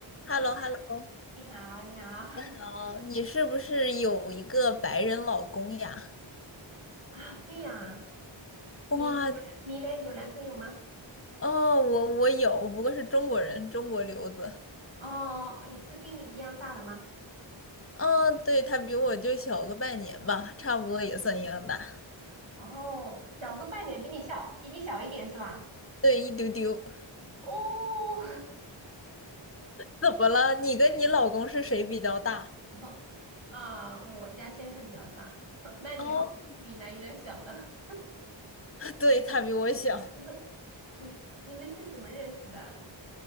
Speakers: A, on the right (about 75°); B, on the left (about 30°).
A: 你
B: h e l l o h e l l o
A: 你好，你好 <laughs>
B: 好，你是不是有一个白人老公呀？
A: 啊，对呀，
B: 哇，
A: 你你嘞有男朋友吗？
B: 哦，我我有，不过是中国人，中国留子。
A: 哦，也是跟你一样大的吗？
B: 嗯、对，他比我就小个半年吧，差不多也算一样大。
A: 哦，小个半年，比你小，比你小一点是吧？
B: 对，一丢丢。
A: 哦，
B: 怎么了？你跟你老公是谁比较大？
A: <laughs> 啊，我家先生比较大，<laughs> 那你好，
B: 哦，
A: 你男有点小的，
B: <laughs> 对，他比我小。
A: <laughs> 嗯你们是怎么认识的啊？